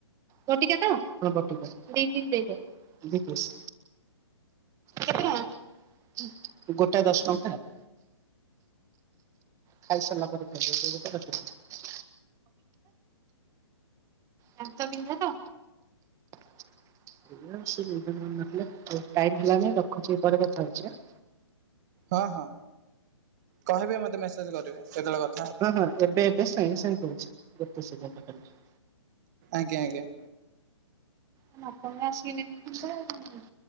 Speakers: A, on the right (about 20°); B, on the right (about 35°).
A: ବଟିକା ତ! ହଁ ବଟିକା ଦିଇ ପିସ ଦେଇଦିଅ ଦି ପିସ୍? କେତେ ଟଙ୍କା? ଗୋଟା ଦଶ ଟଙ୍କା ଆଉ। ଖାଇ ସାରିଲା ପରେ ଖାଇବେ ଏବେ ଗୋଟେ ରାତିରେ ଗୋଟେ। ଦାନ୍ତ ବିନ୍ଧାର? <unintelligible> ମନେ ନ ଥିଲା ହଉ ଟାଇମ ହେଲାଣି ରଖୁଛି ପରେ କଥାହଉଛି ଆଁ।
B: ହଁ ହଁ କହିବେ ମତେ ମେସେଜ କରିବେ କେତେବେଳେ କ
A: ହଁ ହଁ ଏବେ ଏବେ ସାଙ୍ଗେ ସାଙ୍ଗେ କହୁଛି ଗୋଟେ ସେକେଣ୍ଡରେ କହୁଛି।
B: ଆଜ୍ଞା ଆଜ୍ଞା।
A: <unintelligible> ଆପଣ ଆସିକି ନେଇକି ଯିବେ ଆଉ <unintelligible>